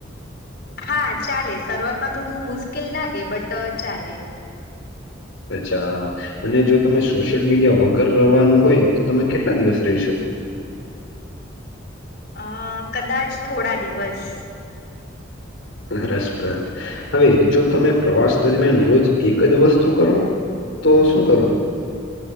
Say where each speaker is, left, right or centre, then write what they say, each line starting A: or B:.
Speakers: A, on the left; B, on the left.
A: હા ચાલે શરૂઆતમાં થોડું મુશ્કેલ લાગે બટ ચાલે.
B: અચ્છા અને જો તમે સોશિયલ મીડિયા વગર રવાનું હોય. તો તમે કેટલા દિવસ રહી શકો.
A: અ કદાચ થોડા દિવસ.
B: રસપ્રદ. હવે જો તમે પ્રવાસ દરમિયાન રોજ એક જ વસ્તુ કરો તો શું કરો.